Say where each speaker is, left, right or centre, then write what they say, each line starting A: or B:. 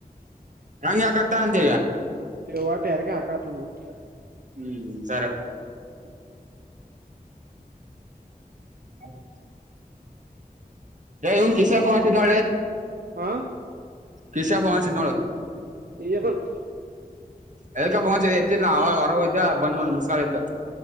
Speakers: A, on the right (about 55°); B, on the right (about 75°).
A: ಹಂಗ ಯಾಕ ಆಗ್ತ ಅಂತ ಈಗ
B: ಇ ವೋಟು ಯಾರಕ ಆಕಾತಾನ ಯಾರ
A: ಹ್ಮ್ ಸರ
B: ಹ
A: ಹೌದು ಇವನ್ ಕಿಸಿಯ ಫೋನ್ಸ ನೋ
B: ಹಾ
A: ಕಿಸಾ ಫೋನ್ಸಿದ ನೋಳ
B: ಈ ಹೊತ್ರ <unintelligible>
A: ಎದಕ ಫೋನ್ ಎತ್ತಿಲ್ಲ ನ ಅವ ಹೊರಗೋಯದ್ದೆ ಬಂದ್ ನೋಡ ಮಿಸ್ಕ್ಯಾಲ್ ಇತ್ತು